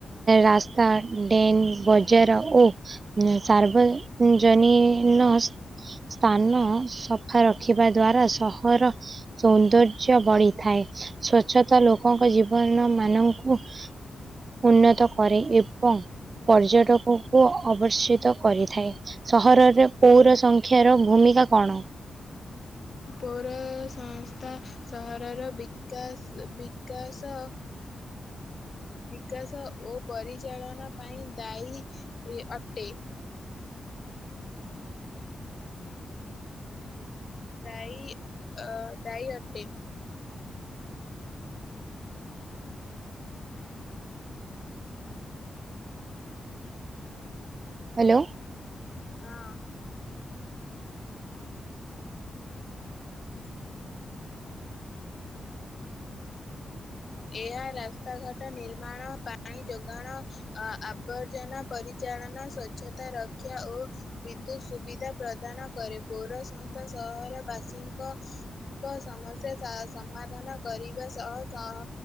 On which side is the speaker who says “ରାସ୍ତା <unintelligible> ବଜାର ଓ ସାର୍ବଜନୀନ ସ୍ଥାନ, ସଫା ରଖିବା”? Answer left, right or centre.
Right